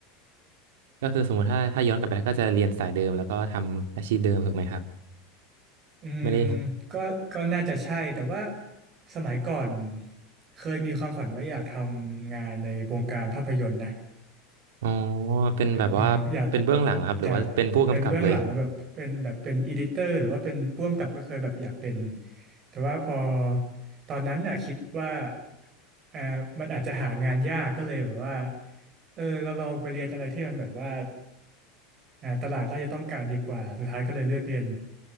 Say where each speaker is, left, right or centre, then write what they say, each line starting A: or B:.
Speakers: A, on the right (about 80°); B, on the right (about 40°).
A: ก็คือสมมติถ้าถ้าย้อนกลับไปแล้วก็จะเรียนสายเดิมแล้วก็ทำอาชีพเดิมถูกไหมครับ
B: อืม
A: ไม่ได้
B: ก็ก็น่าจะใช่แต่ว่าสมัยก่อนเคยมีความฝันว่าอยากทำงานในวงการภาพยนตร์นะ
A: อ๋อเป็นแบบว่าเป็นเบื้องหลังเหรอครับหรือว่าเป็นผู้กำกับเลย
B: อืมอยากอยากเป็นเบื้องหลังแบบเป็นแบบเป็นอีดิเตอร์หรือว่าเป็นผู้กำกับก็เคยแบบอยากเป็นแต่ว่าพอตอนนั้นน่ะคิดว่าเออมันอาจจะหางานยากก็เลยแบบว่าเออเราลองไปเรียนอะไรที่มันแบบว่าอ่าตลาดน่าจะต้องการดีกว่าสุดท้ายก็เลยเลือกเรียน